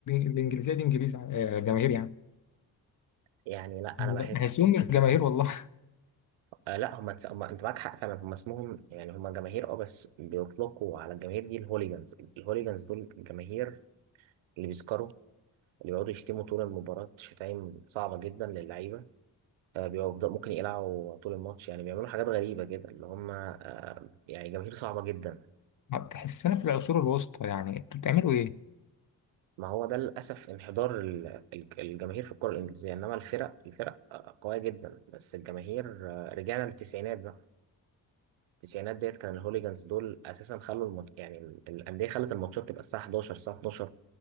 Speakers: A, on the left; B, on the right.
A: الإنجليزية دي إنجليز آه، جماهير يعني
B: يعني لا انا بحس
A: بحسهم مش جماهير والله
B: آه لا هم تس... هم... انت معاك حق فعلا هم اسمهم يعني هم جماهير اه بس بيطلقوا على الجماهير دي الهوليجانز الهوليجانز دول الجماهير اللي بيسكروا اللي بيقعدوا يشتموا طول المباراة شتايم صعبة جدا للعيبة آه، بيبقوا بيفضل- ممكن يقلعوا طول الماتش يعني بيعملوا حاجات غريبة كده اللي هم آه، يعني جماهير صعبة جدا
A: تحسنا في العصور الوسطى يعني انتوا بتعملوا ايه؟
B: ما هو ده للأسف انحدار ال- ال- الجماهير في الكرة الإنجليزية إنما الفرق الفرق آه، قوية جدا بس الجماهير آه، رجعنا للتسعينات بقى التسعينات ديت كان الهوليجانز دول أساسا خلوا المط... يعني ال- الأندية خلت الماتشات تبقى الساعة 11 الساعة 12